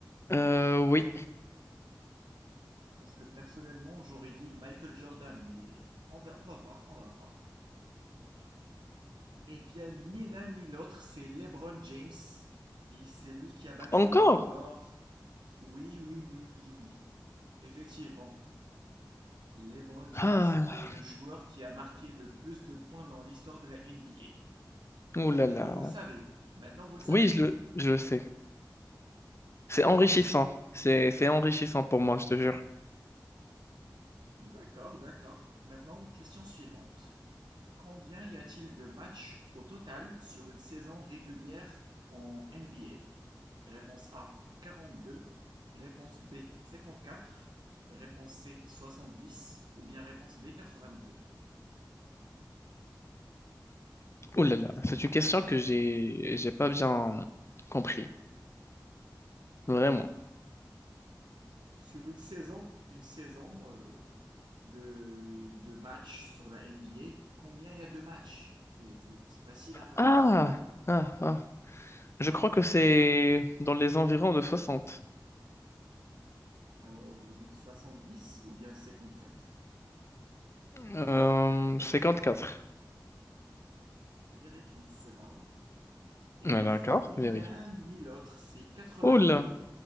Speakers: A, on the left; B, on the right.
A: Euh, oui.
B: Parce que personnellement, j'aurais dit Michael Jordan, mais on va, on va voir, on va voir. Eh bien, ni l'un ni l'autre, c'est LeBron James. Et c'est lui qui a battu
A: Encore?
B: le record. Oui, oui, oui, oui, oui. Effectivement, LeBron James
A: Ah,
B: est le joueur qui a marqué le plus de points dans l'histoire de la NBA.
A: ouh
B: Bah,
A: là
B: maintenant,
A: là.
B: vous le savez. Maintenant, vous le savez.
A: Oui, je le, je le sais. C'est enrichissant. C'est, c'est enrichissant pour moi, je te jure.
B: D'accord, d'accord. Maintenant, question suivante. Combien y a-t-il de matchs au total sur une saison régulière en NBA? Réponse A, 42. Réponse B, 54. Réponse C, 70. Ou bien réponse D, 82.
A: Ouh là là, c'est une question que j'ai, j'ai pas bien compris. Vraiment.
B: Sur une saison, une saison, euh, de, de matchs sur la NBA, combien il y a de matchs? C'est, c'est- c'est facile à...
A: Ah, ah, ah. Je crois que c'est dans les environs de soixante.
B: Alors, vous dites 70 ou bien 54?
A: Euh, 54.
B: Vérifions cela. Et
A: Ouais, D'accord,
B: c'est ni
A: vérifie.
B: l'un ni l'autre, c'est 82.
A: Oh là,